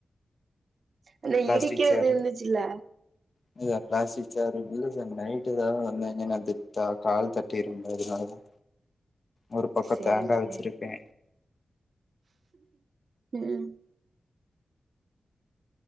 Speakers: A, on the right (about 60°); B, on the left (about 50°).
A: அந்த
B: ப்ளாஸ்டிக்
A: இடிக்கிறது
B: சேர்
A: இருந்துச்சுல்ல
B: <unintelligible> பிளாஸ்டிக் சேர் இல்ல சார் நைட்டு் தா வந்திங்கன்னா தி கால் தட்டிரும்ல அதனாலதா ஒரு பக்கோ
A: சேரி
B: தேங்கா வெச்சிருக்கே
A: சேரி ம்